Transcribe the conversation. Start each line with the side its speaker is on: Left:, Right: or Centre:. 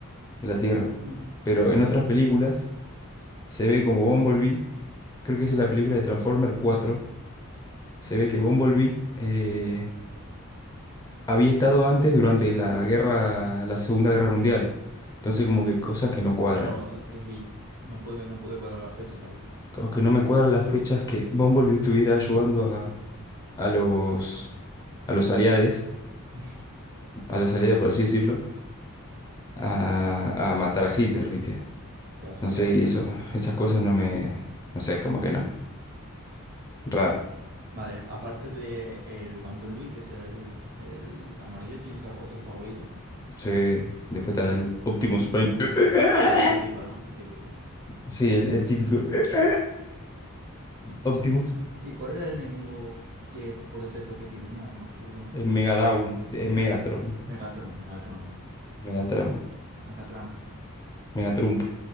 Left: de la Tierra.
Right: Mm.
Left: Pero en otras películas se ve como Bumblebee, creo que esa es la película de Transformer cuatro se ve que Bumblebee eh, había estado antes durante la guerra, la Segunda Guerra Mundial. Entonces como que cosas que no cuadran.
Right: Claro, que si no puede, no puede cuadrar las fechas ahí.
Left: Como que no me cuadran las fechas que Bumblebee estuviera ayudando a, a los, a los aliados,
Right: <laughs>
Left: a los aliados por así decirlo, a, a matar a Hitler, ¿viste?
Right: Si a los
Left: No
Right: aliados.
Left: sé, y eso,
Right: Sí.
Left: esas cosas no me, no sé, como que no. Raro.
Right: Vale, aparte de el Bumblebee, que es el, el amarillo, ¿tienes otro favorito?
Left: Sí, después está el Optimus Prime. <coughs> <laughs>
Right: Ya, el típico, ¿no? El típico.
Left: Sí, el, el típico <laughs> Optimus,
Right: ¿Y cuál era el enemigo que por defecto que tenía? No me acuerdo.
Left: el Megadown, el
Right: Mega,
Left: Megatron,
Right: Megatron, Megatron,
Left: Megatron,
Right: Megatramp.
Left: Megatrump.